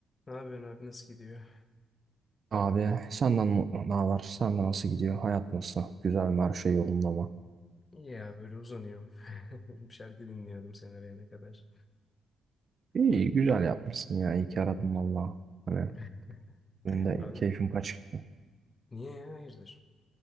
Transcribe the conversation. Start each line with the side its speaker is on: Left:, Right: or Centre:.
Left: Ne yapıyorsun abi nasıl gidiyor?
Right: Abi senden mu- ne var? Senden nasıl gidiyor? Hayat nasıl? Güzel mi? Her şey yolunda mı?
Left: İyi ya böyle uzanıyorum. <laughs> Bir şarkı dinliyordum sen arayana kadar.
Right: İyi güzel yapmışsın ya. İyi ki aradım valla. Hani
Left: <laughs>
Right: benim de
Left: Abi
Right: keyfim kaçıktı.
Left: niye ya hayırdır?